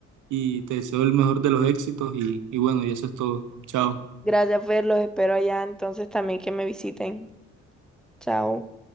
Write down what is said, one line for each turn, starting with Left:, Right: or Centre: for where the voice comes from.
Right: Y te deseo el mejor de los éxitos. Y, y bueno, y eso es todo. Chao.
Centre: Gracias, Fer, los espero allá, entonces también que me visiten. Chao.